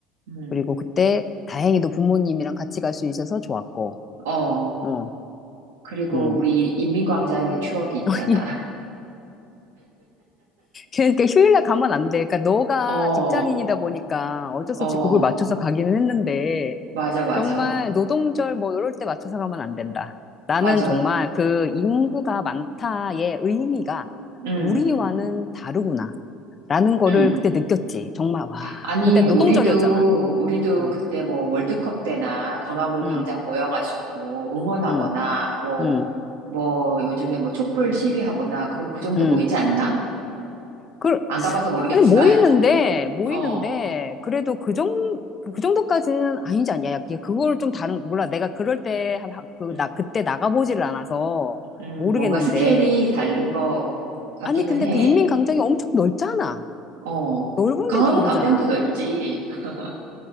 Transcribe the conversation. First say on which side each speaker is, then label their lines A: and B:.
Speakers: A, on the right (about 80°); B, on the left (about 30°).
A: 응,
B: 그리고 그때 다행히도 부모님이랑 같이 갈 수 있어서 좋았고,
A: 어.
B: 어,
A: 그리고
B: 음.
A: 우리 인민광장의 추억이 있잖아.
B: <laughs> 그러니까 휴일날 가면 안 돼. 그러니까 너가
A: <laughs> 어,
B: 직장인이다 보니까 어쩔 수
A: 어,
B: 없이 그걸 맞춰서 가기는 했는데,
A: 맞아, 맞아.
B: 정말 노동절 뭐 이럴 때 맞춰서 가면 안 된다. 나는
A: 맞아.
B: 정말 그 인구가 많다의 의미가
A: 응,
B: 우리와는 다르구나. 라는 거를
A: 응.
B: 그때 느꼈지. 정말, 와.
A: 아니,
B: 그때 노동절이었잖아.
A: 우리도, 우리도
B: 응,
A: 그때 뭐 월드컵 때나 광화문
B: 응,
A: 광장 모여가지고 응원하거나,
B: 응,
A: 뭐,
B: 응,
A: 뭐, 요즘에 뭐 촛불 시위하거나, 그럼 그 정도
B: 응.
A: 모이지 않나?
B: 그,
A: 안 가봐서 모르겠지만,
B: 근데 모이는데,
A: <laughs>
B: 모이는데,
A: 어,
B: 그래도 그 정, 그 정도까지는 아니지 않냐. 야, 그걸 좀 다른, 몰라. 내가 그럴 때, 하- 하- 그,
A: 음,
B: 나, 그때 나가보지를 않아서
A: 음,
B: 모르겠는데.
A: 뭔가 스케일이 다른 거 같기는
B: 아니, 근데
A: 해.
B: 그 인민광장이 엄청 넓잖아.
A: 어,
B: 넓은데도
A: 강화문
B: 그러잖아.
A: 광장도 넓지. <laughs>